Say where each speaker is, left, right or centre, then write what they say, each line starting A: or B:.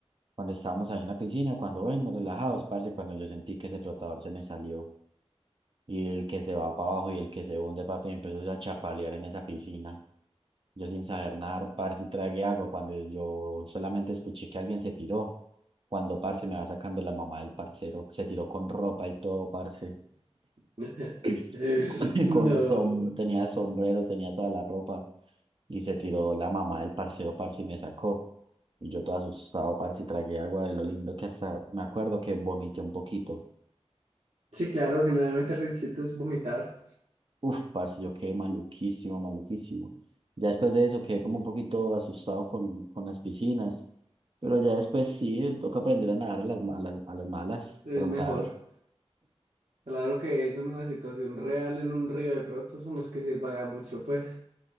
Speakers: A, on the right; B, on the right.
A: Cuando estábamos ahí en la piscina, cuando bueno, relajados, parce, cuando yo sentí que ese flotador se me salió y el que se va para abajo y el que se hunde, papi, empezó yo a chapalear en esa piscina. Yo sin saber nadar, parce, y tragué agua cuando yo solamente escuché que alguien se tiró. Cuando, parce, me va sacando la mamá del parcero, se tiró con ropa y todo, parce.
B: <laughs>
A: <clears throat> Con
B: No.
A: con som tenía sombrero, tenía toda la ropa. Y se tiró la mamá del parcero, parce, y me sacó. Y yo todo asustado, parce, y tragué agua de lo lindo que hasta me acuerdo que vomité un poquito.
B: Sí, claro, generalmente el rincito es vomitar.
A: Uf, parce, yo quedé maluquísimo, maluquísimo. Ya después de eso quedé como un poquito asustado con, con las piscinas, pero ya después sí, toca aprender a nadar a las, ma- a las, a las malas,
B: Es
A: frontar.
B: mejor. Claro que eso en una situación real, en un río de pronto, son los que se paga mucho, pues.